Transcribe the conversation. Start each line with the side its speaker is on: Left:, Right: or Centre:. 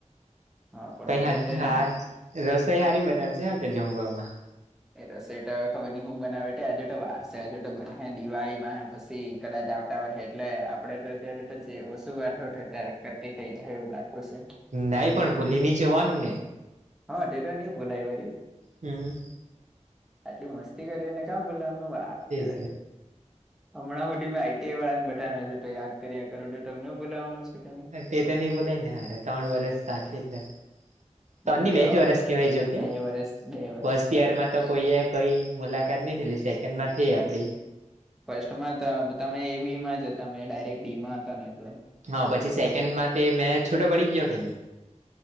Centre: હા પણ
Right: કૈય
Centre: બને
Right: હાજ
Centre: ત્યારે
Right: હા
Centre: ને
Right: રસોઈ હારી બનાવ જે હા કે જમવામાં.
Centre: એ રસોઈ તો અવે ખબર ની હું બનાવે તે અજુ તો વાર સે અજુ તો બંનહે દિવાળી પહે પસી કદાચ આવ કા વરહે એટલે આપળે તો અત્યારે તો જે ઓસુ વાત હો થત્યારે તો કટ્ટી થય જાહે એવું લાગતું સે.
Right: નય પણ ભૂલી ની જવાનું ને.
Centre: હા તે ટો ની ભુલાય વરી.
Right: હમ્મ.
Centre: આટલી મસ્તી કરી હોય ને કા બોલાવાનું વાત
Right: તેજ
Centre: કરે હમણાં હુધી મે આઈ ટી આઈ વાળા ને બધાને અજુ તો યાદ કર્યા કરું, ટો તમને બોલાવાનો છે કે
Right: નહી
Centre: મેં.
Right: તે તો ની બુલાય ને હારા ત્રણ વરસ સાથે એટલે
Centre: હમ
Right: તોન ની બેજ
Centre: તો
Right: વરસ કેવાય જો કે
Centre: બે વરસ બે વરસ
Right: ફર્સ્ટ
Centre: બે
Right: યર માં
Centre: વરસ
Right: તો કોએ કઈ મુલાકાત ની થેલી, સેકેન્ડ માં થેય
Centre: હમ
Right: આપળી.
Centre: ફર્સ્ટમાં તો તમે એ બી માં જ હતા મેં ડાયરેક્ટ ડી માં હતો ને એટલે.
Right: હા પછી સેકેન્ડ માં તે મેં છૂટો પળી ગ્યો કે ની